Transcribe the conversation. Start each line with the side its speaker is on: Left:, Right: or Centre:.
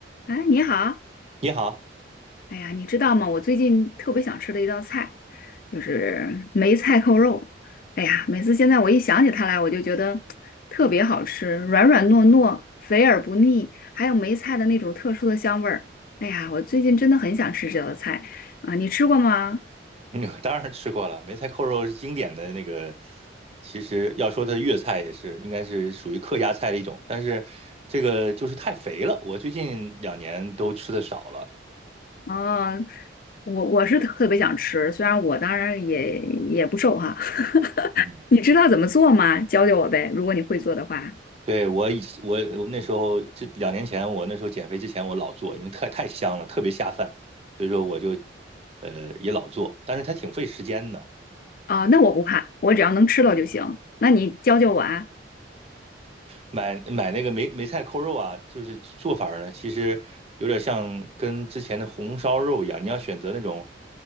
Left: 哎，你好，
Right: 你好，
Left: 哎呀，你知道吗？我最近特别想吃的一道菜，就是梅菜扣肉。哎呀，每次现在我一想起它来，我就觉得特别好吃，软软糯糯，肥而不腻，还有梅菜的那种特殊的香味儿。哎呀，我最近真的很想吃这道菜啊，你吃过吗？
Right: 嗯，当然吃过了，梅菜扣肉是经典的那个。其实要说它粤菜也是，应该是属于客家菜的一种，但是这个就是太肥了，我最近两年都吃的少了。
Left: 哦，我我是特别想吃，虽然我当然也也不瘦哈。<laughs>
Right: 嗯，
Left: 你知道怎么做吗？教教我呗，如果你会做的话。
Right: 对，我以我我那时候这两年前，我那时候减肥之前我老做，因为太太香了，特别下饭，所以说我就呃也老做，但是它挺费时间的。
Left: 啊，那我不怕，我只要能吃到就行。
Right: 嗯。
Left: 那你教教我啊。
Right: 买买那个梅梅菜扣肉啊，就是做法儿呢，其实有点像跟之前的红烧肉一样，你要选择那种